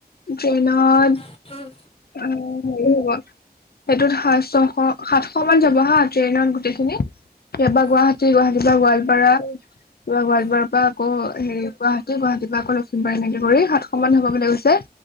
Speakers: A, on the left (about 65°); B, on the left (about 35°).
A: ট্ৰেইনত।
B: উম
A: অ', হেৰুৱা। সেইটোত সাছ ছশ সাতশমান যাব হা ট্ৰেইনত গোটেইখিনি। ইয়াপা
B: উম
A: গুৱাহাটী গুৱাহাটীৰ পৰা গোৱালপাৰা। <unintelligible> গোৱালপাৰাৰ
B: উম
A: পাৰা আকৌ হেৰি গুৱাহাটী, গুৱাহাটী পা, আকৌ লখিমপাৰ এনেকে কৰি সাতশ মান হ'ব বুলি কৈছে।